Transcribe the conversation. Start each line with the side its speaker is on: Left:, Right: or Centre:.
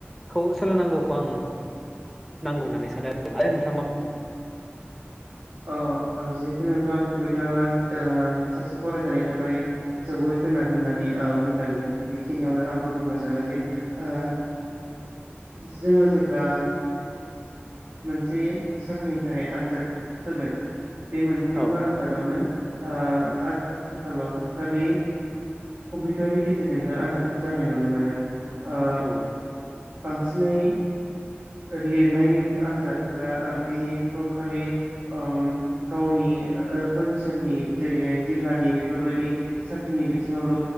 Centre: खौ सोलोंनांगौखौ आं नांगौ होननानै सानो आरो नोंथां
Right: अ ओ जिहेतु नोंथाङा कम्पिउटारआ ओ सासे फरायसानि थाखाय जोबोद गोनां होननानै ओ बुंलांदों बेखिनियावनो आंबो बुंनो सानोदि ओ जोङो जेब्ला मोनसे साख्रिनि थाखाय आनजाद होगोन बे मोनफ्रोमबो
Centre: औ
Right: आनजादावनो ओ आथिखालाव खालि कम्पिउटारनि गेजेरजोंनो आनजादखौ जानाय नुनो मोनो ओ
Centre: औ
Right: बांसिनै लिरनाय आनजादफोरा ओ बेखौ खालि ओम गावनि ओ-ओनसोलनि जेरैहाय जिल्लानि बेफोरबायदि साख्रिनि बिथिङावल